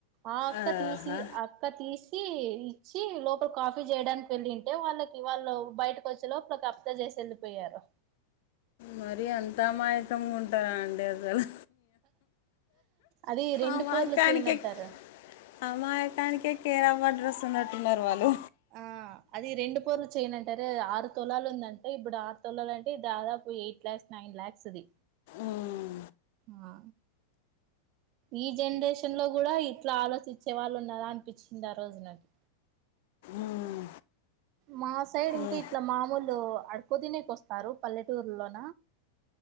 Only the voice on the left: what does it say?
ఆహా
మరి అంత అమాయకంగా ఉంటారా అండి అసలు
అమా
కానిక
<unintelligible>
అమాయకానికే కేరాఫ్ అడ్రస్ ఉన్నట్టున్నారు వాళ్ళు
ఉమ్,
ఉమ్,
ఏ